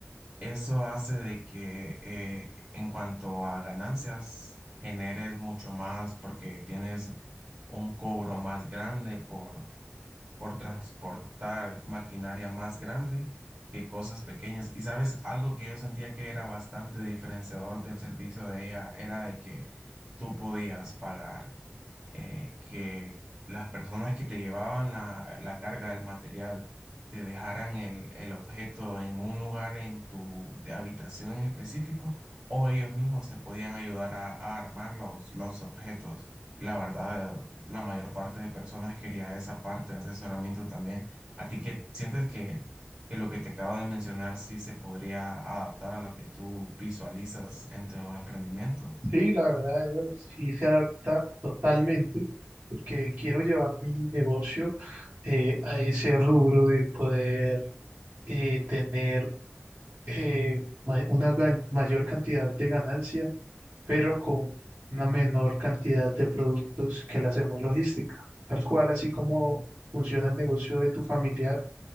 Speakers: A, on the right; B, on the right.
A: Eso hace de que eh, en cuanto a ganancias generes mucho más porque tienes un cobro más grande por por transportar maquinaria más grande que cosas pequeñas. Y sabes, algo que yo sentía que era bastante diferenciador del servicio de ella era de que tú podías pagar eh, que las personas que te llevaban la, la carga, el material, te dejaran el, el objeto en un lugar en tu de habitación en específico, o ellos mismos se podían ayudar a, a armar los, los objetos. La verdad, la mayor parte de personas quería esa parte de asesoramiento también. ¿A ti que sientes que, que lo que te acabo de mencionar sí se podría adaptar a lo que tú visualizas en tu emprendimiento?
B: Sí, la verdad, Ever, sí se adapta totalmente, porque quiero llevar mi negocio eh, a ese rubro de poder eh, tener eh, ma- una ga- mayor cantidad de ganancia, pero con una menor cantidad de productos que la hacemos logística. Tal cual, así como funciona el negocio de tu familiar,